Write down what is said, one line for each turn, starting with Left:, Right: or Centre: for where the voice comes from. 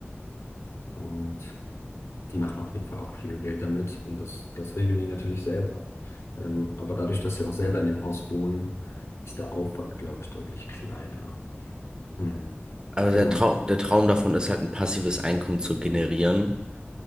Left: und die machen auf jeden Fall auch viel Geld damit und das, das regeln die natürlich selber. Ähm, aber dadurch, dass sie auch selber in dem Haus wohnen, ist der Aufwand, glaube ich, deutlich kleiner. Hm,
Right: Aber
Left: genau.
Right: der Trau der Traum davon ist halt ein passives Einkommen zu generieren